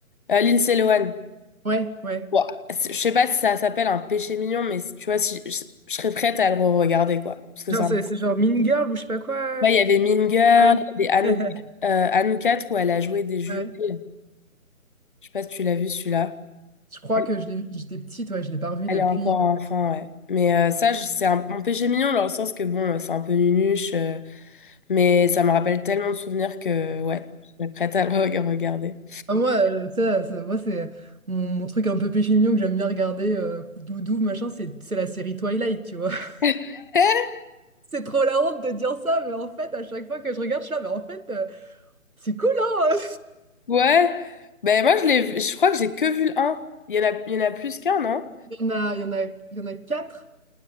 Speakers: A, on the left; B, on the right.
A: Euh, Lindsay Lohan.
B: Ouais, ouais.
A: Ouah, c'est- je sais pas si ça s'appelle un péché mignon, mais si- tu vois, si, je, je serais prête à le re-regarder, quoi. Parce que
B: Genre,
A: ça.
B: c'est c'est genre Mean Girl ou je sais pas quoi.
A: Ouais, il y avait Mean Girl,
B: Ouais.
A: il y avait Anou-
B: <laughs>
A: euh, Anoukat où elle a joué des jumelles.
B: Ouais.
A: Je sais pas si tu l'as vu celui-là.
B: Je crois
A: Elle,
B: que je l'ai vu, j'étais petite, ouais, je l'ai pas revu
A: elle
B: depuis.
A: est encore enfant, ouais. Mais euh, ça, je- c'est un, mon péché mignon dans le sens que bon, c'est un peu nunuche, euh, mais ça me rappelle tellement de souvenirs que ouais, je serais prête à le re- regarder.
B: Ah, moi, euh, ça, ça- moi c'est mon, mon truc un peu péché mignon que j'aime bien regarder, euh, doudou, machin, c'est c'est la série Twilight, tu vois. <laughs>
A: <laughs>
B: C'est trop la honte de dire ça, mais en fait, à chaque fois que je regarde, je suis là, mais en fait, euh, c'est cool, hein? <laughs>
A: Ouais, ben moi je l'ai, vu- je crois que j'ai que vu le un Il y en a, il y en a plus qu'un, non?
B: Il y en a, il y en a, il y en a quatre.